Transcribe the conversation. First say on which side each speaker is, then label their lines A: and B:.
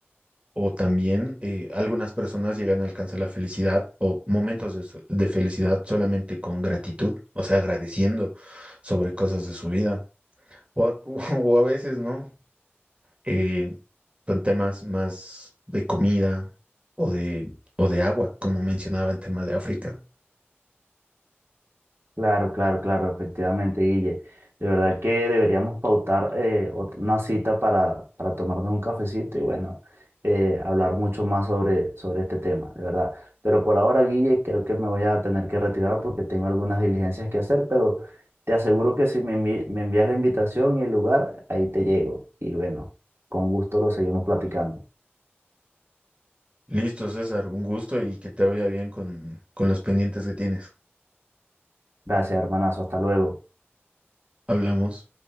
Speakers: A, on the right; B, on the right.
A: O también eh, algunas personas llegan a alcanzar la felicidad o momentos de, so- de felicidad solamente con gratitud, o sea, agradeciendo sobre cosas de su vida. O a, <laughs> o a veces, ¿no? Eh, con temas más de comida o de, o de agua, como mencionaba en tema de África.
B: Claro, claro, claro, efectivamente, Guille. De verdad que deberíamos pautar eh, ot- una cita para, para tomarnos un cafecito y bueno, eh, hablar mucho más sobre, sobre este tema, de verdad. Pero por ahora, Guille, creo que me voy a tener que retirar porque tengo algunas diligencias que hacer, pero te aseguro que si me envi- me envías la invitación y el lugar, ahí te llego. Y bueno, con gusto lo seguimos platicando.
A: Listo, César, un gusto y que te vaya bien con, con los pendientes que tienes.
B: Gracias, hermanazo, hasta luego.
A: Hablamos.